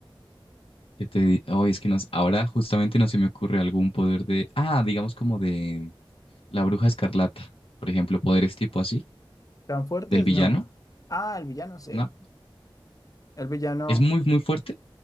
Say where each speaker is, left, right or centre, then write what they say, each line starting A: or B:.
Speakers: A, on the left; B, on the left.
A: ¿qué te di- Ay, es que nos, ahora justamente no se me ocurre algún poder de, ah, digamos como de la Bruja Escarlata, por ejemplo, poderes tipo así,
B: ¿Tan fuertes?
A: del villano,
B: No. Ah, el villano, sí.
A: ¿no?
B: El villano,
A: Es muy, muy fuerte.